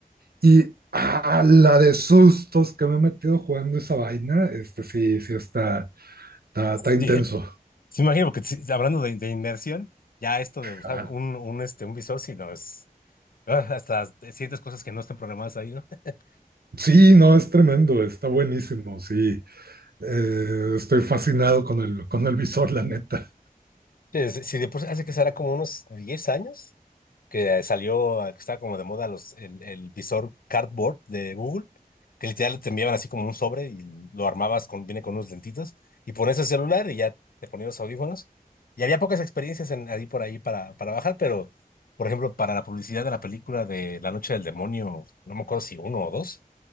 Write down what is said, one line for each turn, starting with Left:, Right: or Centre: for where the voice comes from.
Right: y ah, la de sustos que me he metido jugando esa vaina, este, sí, sí está, está, está intenso.
Left: Sí, sí, imagino, porque sí, hablando de, de inmersión, ya esto de usar
Right: Ah,
Left: un, un, este, un visor, si no es, ah, hasta sientes cosas que no están programadas ahí, ¿no? <laughs>
Right: Sí, no, es tremendo, está buenísimo, sí. Eh, estoy fascinado con el, con el visor, la neta.
Left: Eh, Si, si de por sí hace que será como unos 10 años, que salió, que estaba como de moda los, el, el visor cardboard de Google, que literal te enviaban así como un sobre y lo armabas con, viene con unos lentitos, y pones el celular y ya te ponías los audífonos. Y había pocas experiencias en, ahí por ahí para, para bajar, pero, por ejemplo, para la publicidad de la película de La Noche del Demonio, no me acuerdo si uno o dos,